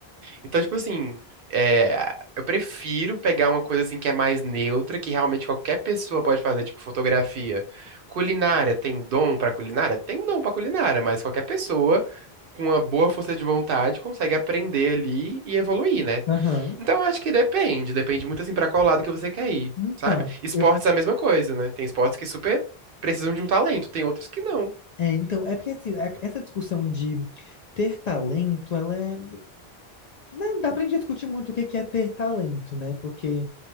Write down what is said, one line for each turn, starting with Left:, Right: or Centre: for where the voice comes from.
Right: Então, tipo assim, é, eu prefiro pegar uma coisa assim que é mais neutra, que realmente qualquer pessoa pode fazer, tipo fotografia. Culinária, tem dom pra culinária? Tem dom pra culinária, mas qualquer pessoa com uma boa força de vontade consegue aprender ali e evoluir, né?
Left: aham.
Right: Então, eu acho que depende. Depende muito, assim, pra qual lado que você quer ir,
Left: Então,
Right: sabe? Esportes
Left: eu,
Right: é a mesma coisa, né? Tem esportes que super precisam de um talento, tem outros que não.
Left: é, então, é porque assim, a- essa discussão de ter talento, ela é. Né, dá pra gente discutir muito o que que é ter talento, né? Porque